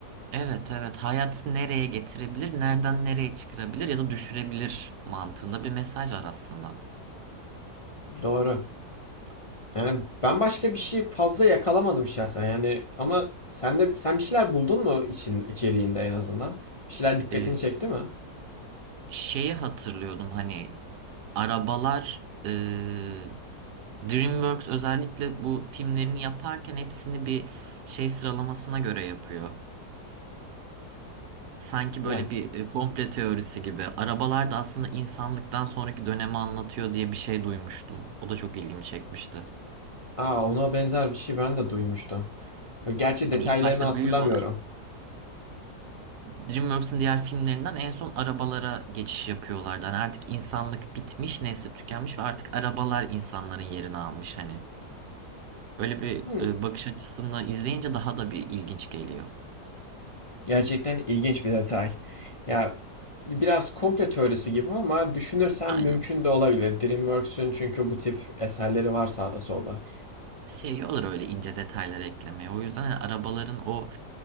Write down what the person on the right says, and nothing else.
Evet evet hayat nereye getirebilir, nereden nereye çıkarabilir ya da düşürebilir mantığında bir mesaj var aslında.
E,
şeyi hatırlıyordum hani Arabalar e, DreamWorks özellikle bu filmlerini yaparken hepsini bir şey sıralamasına göre yapıyor. Sanki
böyle bir e, komple teorisi gibi. Arabalar da aslında insanlıktan sonraki dönemi anlatıyor diye bir şey duymuştum. O da çok ilgimi çekmişti.
Hani
ilk başta
büyü var. DreamWorks'ın diğer filmlerinden en son arabalara geçiş yapıyorlardı. Hani artık insanlık bitmiş, nesli tükenmiş ve artık arabalar insanların yerini almış hani. Öyle bir
e, bakış açısından izleyince daha da bir ilginç geliyor.
Aynen.
Seviyorlar öyle ince detayları eklemeyi. O yüzden hani arabaların o